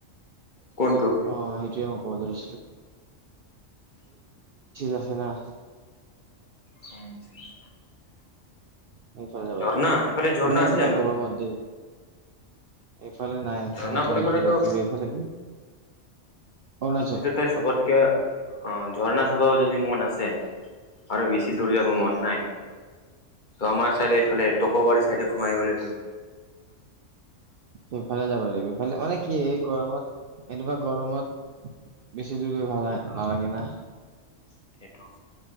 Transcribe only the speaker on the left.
কোনটো?
<inaudible>
ঝৰ্ণা
সেইফালে ঝৰ্ণা
আছে
জানো
ঝৰ্ণা
বুলি
ক'লেতো
এটো তাই সবতকে আহ ঝৰ্ণা চাবও যদি মন আছে আৰু বেছি দূৰ যাব মন নাই ত আমাৰ চাইডে এইফালে টকবাৰী চাইডে সোমাই গ
সেইটো